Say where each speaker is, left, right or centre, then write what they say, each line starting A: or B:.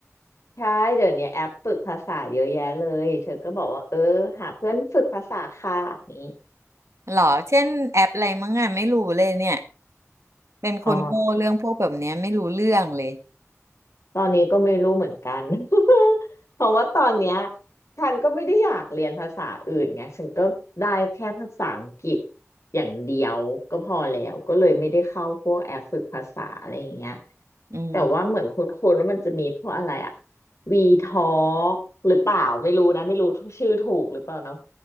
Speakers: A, on the left (about 65°); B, on the right (about 60°).
A: ใช่เดี๋ยวนี้แอปฝึกภาษาเยอะแยะเลยเธอก็บอกว่าเออหาเพื่อนฝึกภาษาค่ะอย่างนี้
B: เหรอเช่นแอปอะไรมั้งอ่ะไม่รู้เลยเนี่ยเป็นคนโง่เรื่องพวกแบบเนี้ยไม่รู้เรื่องเลย
A: อ๋อ ตอนนี้ก็ไม่รู้เหมือนกัน <laughs> เพราะว่าตอนเนี้ยฉันก็ไม่ได้อยากเรียนภาษาอื่นไงฉันก็ได้แค่ภาษาอังกฤษอย่างเดียวก็พอแล้วก็เลยไม่ได้เข้าพวกแอปฝึกภาษาอะไรอย่างเงี้ย
B: อืม
A: แต่ว่าเหมือนคุ้นๆว่ามันจะมีพวกอะไรอะวีทอล์กหรือเปล่าไม่รู้นะไม่รู้ชื่อถูกหรือเปล่าเนาะ